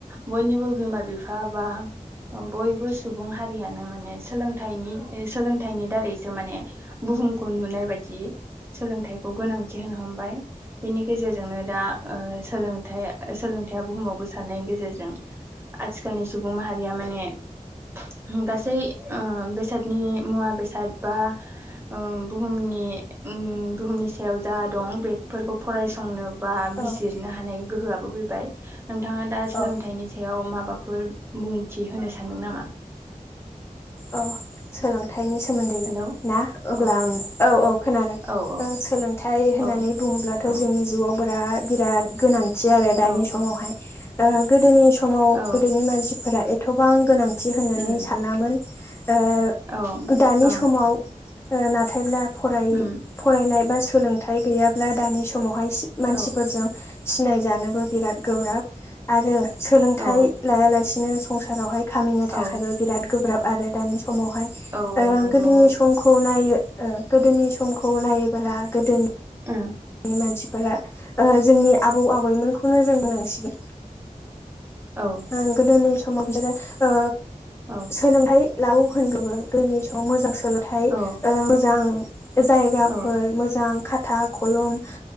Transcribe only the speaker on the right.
बयनिबो बिमा बिफा बा बयबो सुबुं हारियानो माने सोलों थाइनि सोलोंथाइनि दारैसो माने बुहुमखौ नुनाय बादि। सोलोंथाइखौ गोनांथि होनो हमबाय बेनि गेजेर जोंनो दा ओ सोलोंथाइ ओ सोलोंथाइया बुहुमाव गोसार नायनि गेजेरजों आथिखालनि सुबुं माहारिया माने होम गासै उम बेसादनि मुवा बेसाद बा ओ बुहुमनि उम बुहुमनि सायाव जा दं बेफोरखौ फरायसंनो बा
बिजिरनो
हानाय गोहोआ बोफैबाय नोंथाङा दा सोलोंथाइनि
सायाव माबा फोर बुंथि होनो सानदों नामा?
हेलौ
औ
औ
औ
औ
औ
औ
उम
ओं
ओं
उम
औ
औ
औ
औ
नंगौ
औ
औ
औ
औ
औ